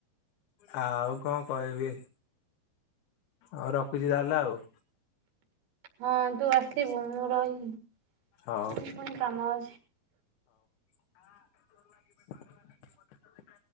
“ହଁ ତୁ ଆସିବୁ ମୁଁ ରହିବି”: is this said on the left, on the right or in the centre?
Right